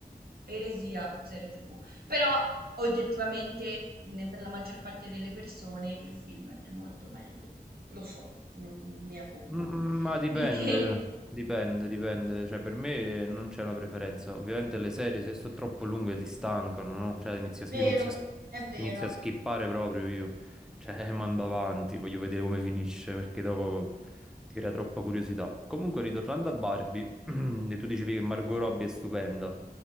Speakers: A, on the right; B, in the centre.
A: eresia serie TV, però oggettivamente ne- per la maggior parte delle persone il film è molto meglio. Lo so, non- mia colpa.
B: Mm, Ma dipende,
A: Perché,
B: dipende, dipende. Cioè, per me non c'è una preferenza. Ovviamente le serie, se sono troppo lunghe, ti stancano, no? Cioè, inizio,
A: vero,
B: io inizio a,
A: è vero,
B: inizio a skippare proprio io. Cioè, <laughs> mando avanti, voglio vedere come finisce, perché dopo ti crea troppa curiosità. Comunque, ritornando a Barbie, <clears throat> e tu dicevi che Margot Robbie è stupenda.